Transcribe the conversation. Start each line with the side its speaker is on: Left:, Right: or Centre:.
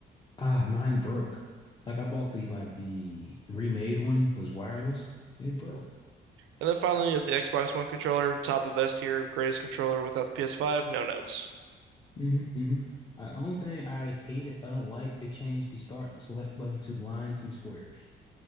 Left: Ah, mine broke. Like I bought the like the remade one was wireless and it broke.
Right: And then finally, the Xbox One controller, top of S tier, greatest controller without the PS5, no notes.
Left: hmm hmm Uh, only thing I hate it, I don't like they changed the start select button to lines and squares.